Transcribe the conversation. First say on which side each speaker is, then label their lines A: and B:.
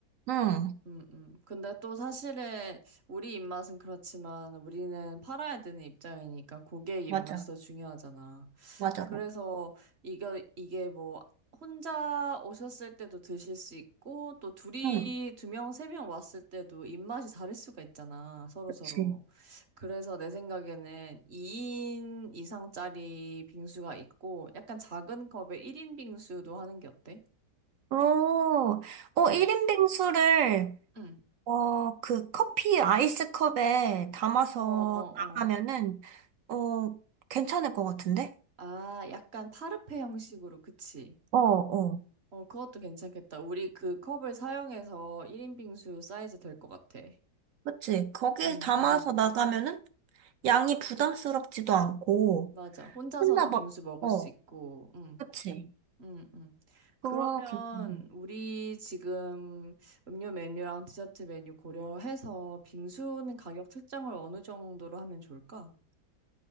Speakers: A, on the right (about 70°); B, on the right (about 45°).
A: 응,
B: 음, 음. 근데 또 사실은 우리 입맛은 그렇지만 우리는 팔아야 되는 입장이니까 고객 입맛이
A: 맞아.
B: 더 중요하잖아.
A: 맞아,
B: 그래서
A: 맞아.
B: 이거 이게 뭐 혼자 오셨을 때도 드실 수 있고 또 둘이
A: 응,
B: 두 명, 세 명 왔을 때도 입맛이 다를 수가 있잖아. 서로서로.
A: 그치.
B: 그래서 내 생각에는 2인 이상짜리 빙수가 있고 약간 작은 컵에 1인 빙수도 하는 게 어때?
A: 오, 어,
B: 응,
A: 일인 빙수를,
B: 응.
A: 어, 그 커피 아이스컵에 담아서
B: 어, 어,
A: 나가면은,
B: 어.
A: 어, 괜찮을 것 같은데?
B: 아, 약간 파르페 형식으로, 그치?
A: 어, 어.
B: 어, 그것도 괜찮겠다. 우리 그 컵을 사용해서 1인 빙수 사이즈 될 것 같아.
A: 그치? 거기에
B: 음,
A: 담아서
B: 음.
A: 나가면은 양이 부담스럽지도 않고,
B: 맞아. 혼자서도
A: 혼나 막,
B: 빙수 먹을
A: 어,
B: 수 있고, 음,
A: 그치?
B: 음, 음.
A: 그거
B: 그러면
A: 괜찮네.
B: 우리 지금 음료 메뉴랑 디저트 메뉴 고려해서 빙수는 가격 책정을 어느 정도로 하면 좋을까?